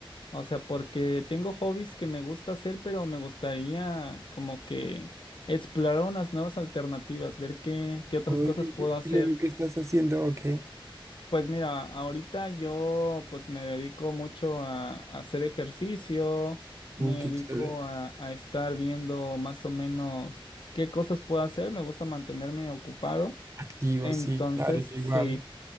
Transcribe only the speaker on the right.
Oye,
sí,
sí,
lo veo que estás haciendo, ok.
Uh, qué
chévere.
Activo,
sí, claro, yo
igual.